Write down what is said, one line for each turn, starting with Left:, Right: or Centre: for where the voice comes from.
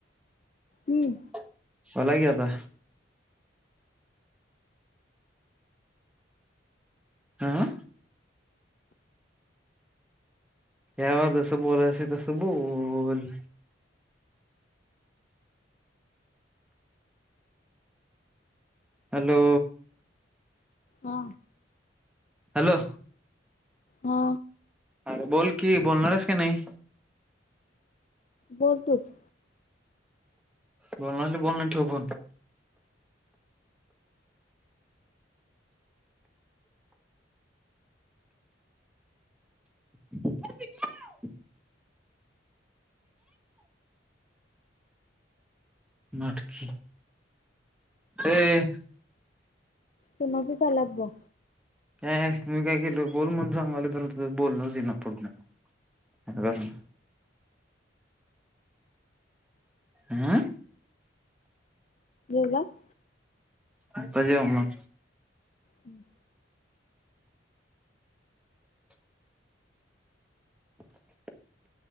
Left: हम्म
Centre: <inaudible> बोला की आता आह यावर जसं बोलायचं असतय तसं बोल हॅलो
Left: हा.
Centre: हॅलो
Left: हा.
Centre: अरे बोल कि बोलणार आहेस की नाही.
Left: बोल तूच
Centre: बोलणार बोल नाही तर ठेव फोन <inaudible> नाटकी ए
Left: कोणाच झाल्यात बग
Centre: ऐ मी काय केलो बोल म्हनून सांगालोय तर बोलणच येइना पुढण आता काय सांगणार अम
Left: जेवलास
Centre: आता जेवनार
Left: हम्म्म
Centre: <inaudible>